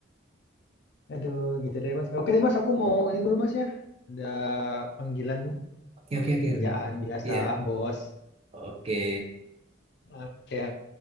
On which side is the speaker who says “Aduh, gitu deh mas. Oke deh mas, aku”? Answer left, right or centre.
Left